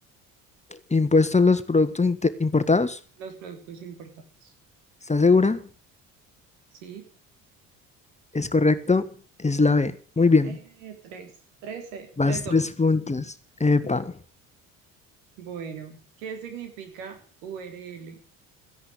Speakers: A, on the left; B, on the right.
A: ¿Impuesto a los productos inte- importados?
B: Los productos importados.
A: ¿Estás segura?
B: Sí.
A: Es correcto, es la B. Muy bien,
B: Eh, tres, trece.
A: vas
B: Tres dos.
A: tres puntos. Epa.
B: Bueno, ¿qué significa URL?